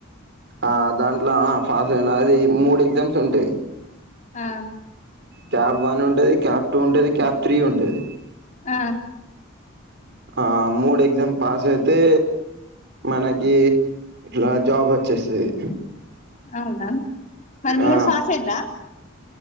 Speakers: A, on the right; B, on the left.
A: ఆ దాంట్లో ఆ పాస్ అయినా అది మూడు ఎగ్జామ్స్ ఉంటాయి
B: ఆ
A: క్యాబ్ వన్ ఉంటది క్యాప్ టూ ఉంటది క్యాప్ త్రీ ఉంటది
B: ఆ
A: ఆ మూడు ఎగ్జామ్ పాస్ అయితే మనకి ఇట్లా జాబ్ వచ్చేస్తది
B: అవునా మరి మూడు
A: ఆ
B: పాస్ అయిండ్రా